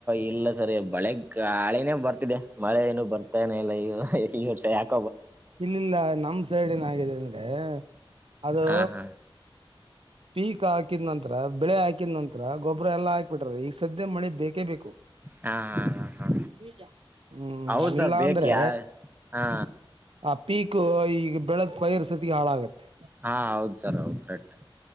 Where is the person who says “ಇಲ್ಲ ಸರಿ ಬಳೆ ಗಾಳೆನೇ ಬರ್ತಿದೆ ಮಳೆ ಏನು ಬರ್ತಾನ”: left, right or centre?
Right